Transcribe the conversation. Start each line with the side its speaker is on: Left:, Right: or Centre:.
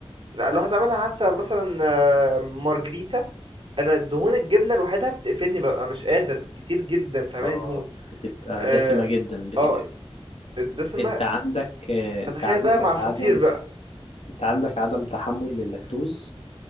Right: لا، لو هتعملها حتى مثلا آه، مارجريتا انا دهون الجبنه لوحدها بتقفلني ببقى مش قادر كتير جدا فاهماني
Left: اه
Right: دهون
Left: بتبقى
Right: اه
Left: دسمة جدا بت...
Right: آه، دسمه
Left: انت عندك آه،
Right: فتخيل
Left: انت عندك
Right: بقى مع الفطير
Left: عدم
Right: بقى
Left: انت عندك عدم تحمل لللاكتوز